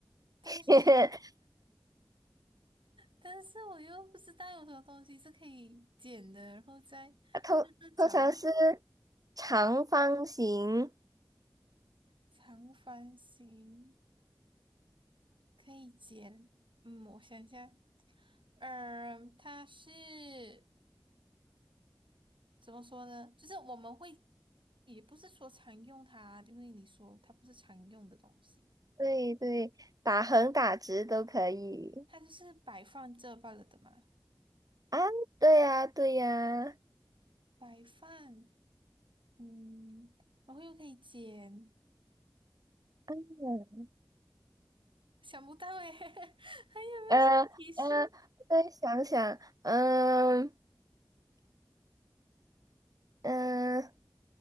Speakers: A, on the right; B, on the right.
A: 但是
B: <laughs>
A: 但是我又不知道有什么东西是可以剪的，然后在那个角落
B: 通通常是长方形，
A: 长方形可以剪，嗯，我想一下，嗯、呃它是怎么说呢？就是我们会也不是说常用它，因为你说它不是常用的东西，
B: 对对，打横打直都可以
A: 它就是摆放这罢了的嘛，
B: 啊，对呀对呀，
A: 摆放，嗯，然后又可以剪。
B: 嗯
A: 想不到诶，<laughs> 还有没有什么提示？
B: 呃呃，我再想想，嗯嗯，